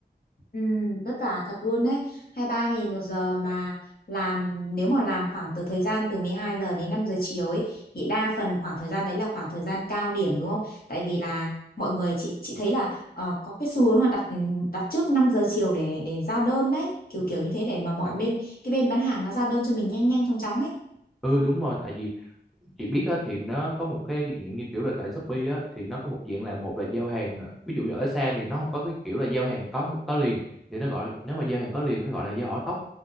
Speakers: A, on the left (about 55°); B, in the centre.
A: Ừ, vất vả thật luôn đấy hai ba nghìn một giờ mà làm nếu mà làm khoảng từ thời gian từ 12 giờ đến 5 giờ chiều ấy thì đa phần khoảng thời gian đấy là khoảng thời gian cao điểm đúng không tại vì là mọi người chị chị thấy là ờ, có cái xu hướng là đặt đặt trước 5 giờ chiều để để giao đơn đấy kiểu kiểu như thế để mà mọi bên cái bên bán hàng nó giao đơn cho mình nhanh nhanh chóng chóng ấy
B: ừ đúng rồi tại vì chị biết á, thì nó có một cái dạng như kiểu là tại Shopee á, thì nó có một dạng là một là giao hàng à, ví dụ như ở xa thì nó không có cái kiểu là giao hàng có có liền thì nó gọi là, nếu mà giao hàng có liền nó gọi là giao hỏa tốc